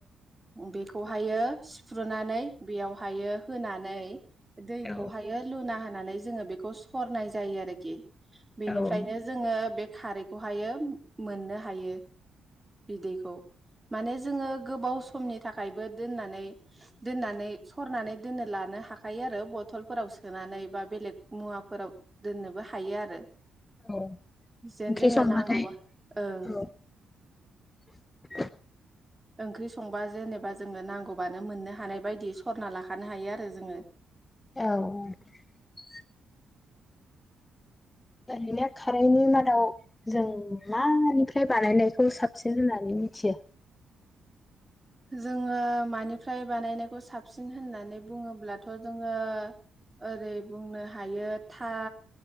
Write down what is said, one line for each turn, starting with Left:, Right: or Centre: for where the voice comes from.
Right: बे खौ हायो सिफ्रुनानै बेयावहायो होनानै दैखौ
Left: औ
Right: हायो लुना हान नानै जोङो बेखौ सरनाय जायो आरोखि। बेनिफ्रायनो
Left: औ औ
Right: जोङो बे खारैखौहायो मोननो हायो। बिदैखौ माने जोङो गोबाव समनि थाखायबो दोननानै दोननानै सरनानै दोननो लानो हाखायो आरो बथलफोराव सोनानै बा बेलेग मुवाफोराव दोननोबो हायो आरो
Left: औ
Right: ज जेन
Left: ओंख्रि
Right: जोङो
Left: संबाथाय
Right: नांगौबा ओं
Left: औ <inaudible>
Right: ओंख्रि संबा जेनेबा जोङो नांगौबानो मोननो हानाय बायदि सरना लाखानो हायो आरो जोङो।
Left: औ ओरैनो खारैनि मादाव जों मा निफ्राय बानायनायखौ साबसिन होननानै मिथियो?
Right: जोङो मानिफ्राय बानायनायखौ साबसिन होननानै बुङोब्लाथ' जोङो ओरै बुंनो हायो था